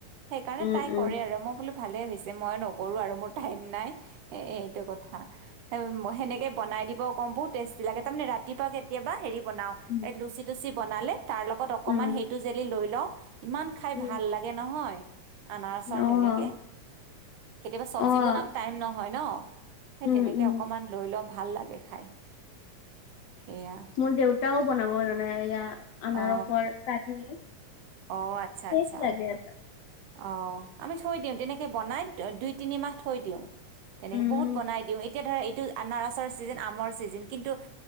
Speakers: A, on the right; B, on the left.
A: সেইকাৰণে
B: উম
A: তাই
B: উম
A: কৰে আৰু মোক মই বোলো ভালে হৈছে মই নকৰো আৰু মোৰ টাইম নাই এইটো কথা। সেই মই সেনেকে বনাই দিব কম বহুত টেষ্টি লাগে তাৰমানে ৰাতিপুৱা কেতিয়াবা হেৰি বনাও
B: উম।
A: এ লুচি তুচি বনালে তাৰ লগত অকনমান
B: উম,
A: সেইটো জেলি লৈ লওঁ। ইমান খাই
B: উম,
A: ভাল লাগে নহয়। আনাৰসৰ
B: অ',
A: তেনেকে কেতিয়াবা চব্জি
B: অ',
A: বনাত টাইম নহয় ন। সেই
B: উম,
A: তেনেকে
B: উম।
A: অকমান লৈ লওঁ ভাল লাগে খাই। সেয়া
B: মোৰ দেউতাও বনাব জানে এয়া আনাৰসৰ
A: অ
B: চাটনি।
A: অ' আচ্ছা
B: টেষ্ট
A: - আচ্ছা।
B: লাগে এটা।
A: অহ আমি থৈ দিওঁ তেনেকে বনাই দুই তিনিমাহ থৈ দিওঁ তেনেকে
B: উম,
A: বহুত বনাই দিওঁ এতিয়া ধৰা এইট- আনাৰসৰ চিজেন, আমৰ চিজেন কিন্তু